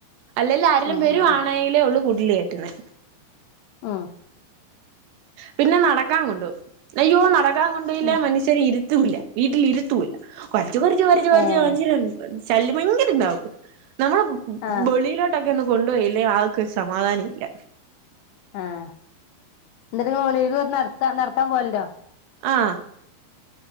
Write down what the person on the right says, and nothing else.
അല്ലെലും ആരെലും
വെരുവാണെയിലേ
ഒള്ളൂ കു വെല്ല്യേട്ടന്
പിന്നെ നടക്കാൻ കൊണ്ടോവും അയ്യോ നട ക്കാൻ കൊണ്ടോയില്ല
മന്ഷ്യന് ഇരി ത്തൂല വീട്ടില് ര്ത്തൂല ക്കൊ ര്ച്ച് കൊര്ച്ച് കൊര്ച്ച് കൊര്ച്ച്
<unintelligible> ശല്യം ഭയങ്കര ണ്ടാകും നമ്മള് ബ് ബ്
ബളിയിലോട്ടൊക്കൊന്ന് കൊണ്ടോയില്ലേ ആക്ക് സമാധാന ഇല്ല.
ആഹ്